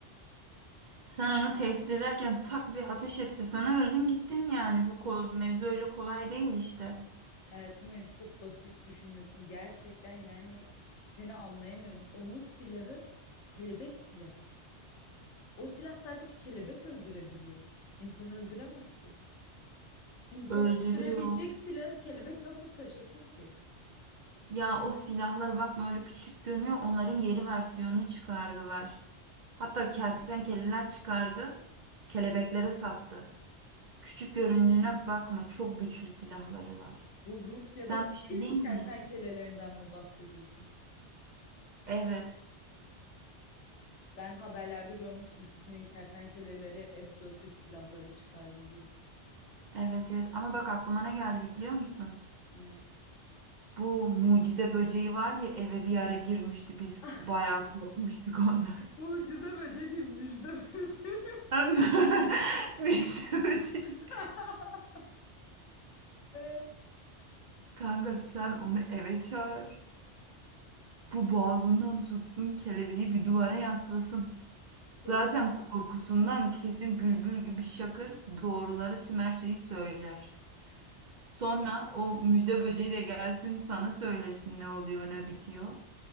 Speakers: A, on the right (about 55°); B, on the left (about 85°).
A: Sen onu tehdit ederken tak bir ateş etse sana öldün gittin yani. Bu kol, mevzu öyle kolay değil işte.
B: Hayatım benim çok basit düşünüyorsun. Gerçekten yani seni anlayamıyorum. Onun silahı kelebek silahı. O silah sadece kelebek öldürebiliyor. İnsanı öldüremez ki. İnsanı
A: Öldürüyor.
B: öldürebilecek silahı kelebek nasıl taşısın ki?
A: Ya o silahlar bakma öyle küçük görünüyor. Onların yeni versiyonunu çıkardılar. Hatta kertenkeleler çıkardı. Kelebeklere sattı. Küçük göründüğüne bakma, çok güçlü silahları var.
B: Bu Rusya'da
A: Sen
B: Putin'in
A: bir şey değil mi?
B: kertenkelelerinden mi bahsediyorsun?
A: Evet.
B: Ben haberlerde görmüştüm Putin'in kertenkeleleri S-400 silahları çıkardı diye.
A: Evet evet ama bak aklıma ne geldi biliyor musun?
B: Ne?
A: Bu mucize böceği var diye eve bir ara girmişti biz
B: <laughs>
A: bayağı korkmuştuk ondan.
B: Mucize
A: <laughs>
B: böceği değil, müjde böceği.
A: Hem <laughs> mucize böceği.
B: <laughs> Ee?
A: Kanka sen onu eve çağır. Bu boğazından tutsun kelebeği bir duvara yaslasın.
B: Çok.
A: Zaten korkusundan kesin bülbül gibi şakır doğruları tüm her şeyi söyler. Sonra o müjde böceği de gelsin sana söylesin ne oluyor ne bitiyor.